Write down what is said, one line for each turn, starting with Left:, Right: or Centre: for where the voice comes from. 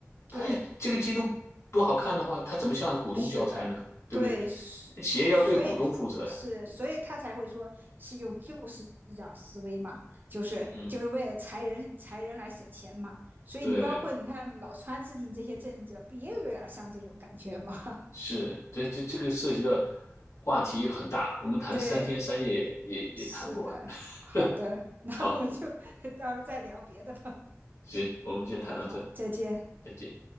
Left: 他这个季度不好看的话，
Right: 对
Left: 他怎么向股东交差呢？
Right: 是的，
Left: 对不对？
Right: 对，是，
Left: 企业要对股东负责呀。
Right: 所以是，所以他才会说是用旧思想思维嘛，就是就是为了裁人裁人来省钱嘛。
Left: 嗯，
Right: 所以你包括你看老川制定这些政策，
Left: 对，
Right: 不也有点像这种感觉吗？
Left: 是，这这这个涉及的话题很大，
Right: <laughs>
Left: 我们谈三天三夜也也也谈不完。
Right: 对，是的，
Left: <laughs>
Right: 好的，那我们就
Left: 好，
Right: <laughs> 到时候再聊别的吧。
Left: 行，我们先谈到这，
Right: 好的，好，再见。
Left: 再见。